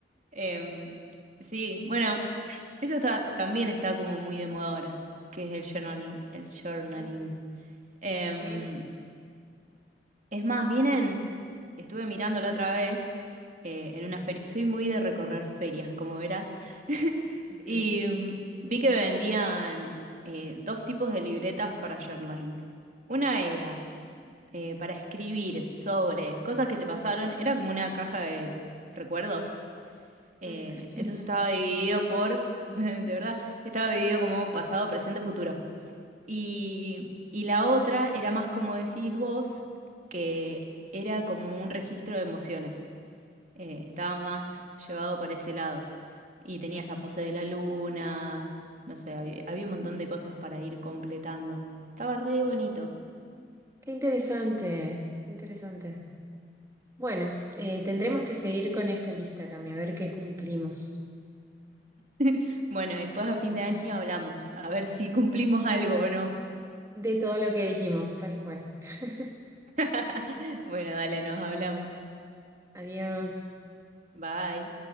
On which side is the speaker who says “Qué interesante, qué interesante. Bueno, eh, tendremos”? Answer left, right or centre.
Right